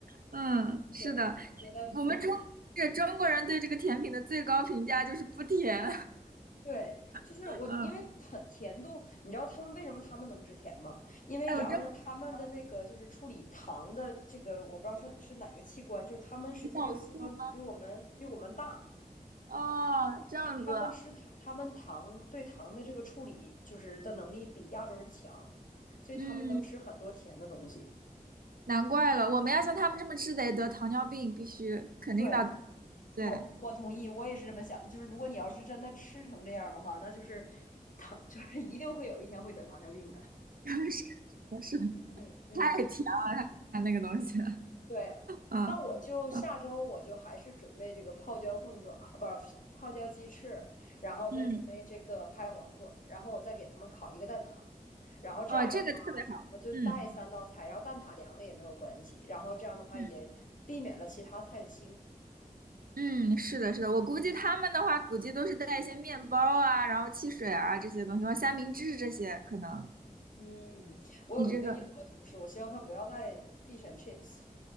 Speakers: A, on the right; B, on the left.
A: 嗯，是的，
B: 对，我觉得嗯，
A: 我们中这中国人对这个甜品的最高评价就是不甜。
B: 对，就是我，
A: <laughs> 嗯，
B: 因为甜甜度，你知道他们为什么他们能吃甜吗？因为洋人他们的那个就是处理糖的这个，
A: 哎，我真
B: 我不知道是是哪个器官，就是他们实际这个器官比我们比我们大，
A: 不知道，我素哦，这样子，
B: 对他们吃糖，他们糖对糖的这个处理就是的能力比亚洲人强，所以他们能吃很多甜的东西。
A: 嗯。难怪了，我们要像他们这么吃得得糖尿病，必须肯定的。
B: 对，
A: 对，
B: 我我同意，我也是这么想的。就是如果你要是真的吃成这样的话，那就是糖，就是一定会有一天会得糖尿病的。
A: <laughs> 是的，是的，
B: 嗯嗯。
A: 太甜了，他那个东西。
B: 对，
A: 嗯
B: 那我就下周我就还是准备这个泡椒凤爪，
A: 嗯
B: 不是泡椒鸡翅，然后再准备这个拍黄瓜，
A: 嗯，
B: 然后我再给他们烤一个蛋挞，然后这样的话
A: 哇，这个特别好。
B: 我就带三道菜，
A: 嗯
B: 然后蛋挞凉了也没有关系，然后这样的话也避免了其他菜的腥。
A: 嗯嗯，是的，是的，我估计他们的话，估计都是带一些面包啊，然后汽水啊这些东西，或者三明治这些可能。
B: 嗯，我有一个英国同事，
A: 你这个，
B: 我希望他不要带 fish and chips，